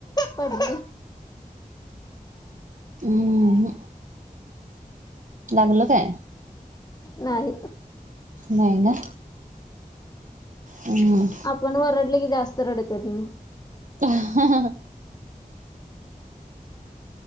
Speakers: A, on the left; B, on the right.
A: पड
B: हम्म लागल काय
A: नाही
B: नाही ना हम्
A: आप पणओरडली जास्त ररडत निम
B: ह ह